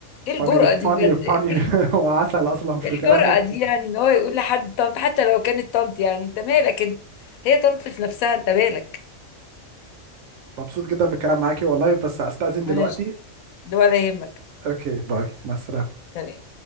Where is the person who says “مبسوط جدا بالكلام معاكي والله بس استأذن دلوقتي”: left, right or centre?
Right